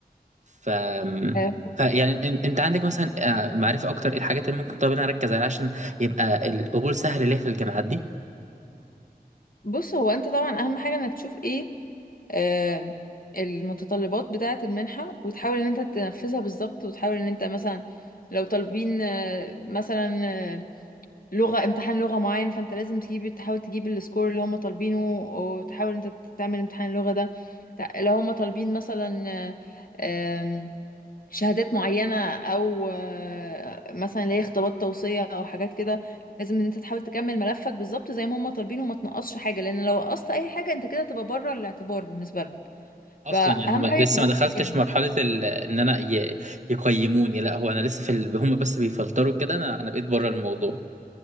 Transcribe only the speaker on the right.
ف
فيعني انت عندك مثلا آه، معرفة اكتر ايه الحاجات اللي ممكن طب انا اركز عليها عشان يبقى القبول سهل ليا في الجامعات دي
اصلا يعني ما
لسه
ما دخلتش
مرحلة ال... ان انا ي... يقيموني لا هو انا لسه في ال... هم بس بيفلتروا كده انا انا بقيت بره الموضوع